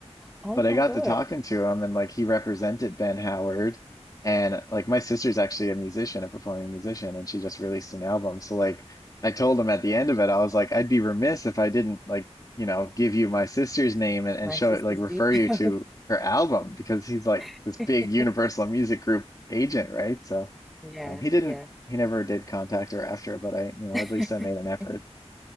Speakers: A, in the centre; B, on the left (about 35°).
A: Oh
B: But
A: my
B: I got
A: God.
B: to talking to him and like he represented Ben Howard. And like my sister's actually a musician, a performing musician, and she just released an album. So like I told him at the end of it, I was like, I'd be remiss if I didn't like, you know, give you my sister's name and, and
A: My
B: show
A: sister's
B: it, like refer
A: deep
B: you
A: house.
B: to her album because he's like
A: <laughs>
B: this big Universal Music Group agent, right? So
A: Yeah,
B: um, he didn't,
A: yeah.
B: he never did contact her after, but I, you know,
A: <laughs>
B: at least I made an effort.